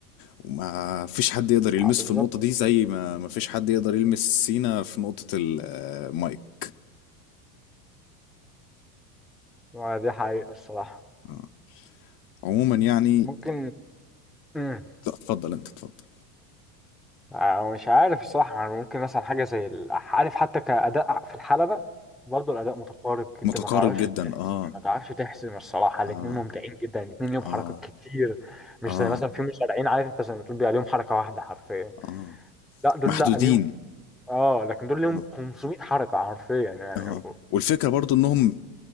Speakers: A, on the left; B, in the centre.
A: وما فيش حد يقدر يلمسه
B: آه بالظبط
A: في النقطه دي زي ما ما فيش حد يقدر يلمس سينا في نقطه المايك
B: ما دي حقيقة الصراحة
A: آه. عموما يعني
B: ممكن مم.
A: ت- اتفضل انت اتفضل
B: آه مش عارف الصراحة يعني ممكن مثلا حاجة زي ال- عارف حتى كأداء في الحلبة برضه الأداء متقارب جدا
A: متقارب
B: ما تعرفش
A: جدا
B: تحسم
A: اه
B: ما تعرفش تحسم الصراحة الاتنين
A: اه
B: ممتعين جدا الاتنين ليهم
A: اه
B: حركات كتير مش
A: اه
B: زي مثلا في مصارعين عارف انت زي ما تقول بيبقى ليهم حركة واحدة حرفيا
A: اه
B: لا دول
A: محدودين
B: لا ليهم اه لكن دول ليهم
A: اه
B: 500 حركة حرفيا يعني
A: اه والفكره برضو انهم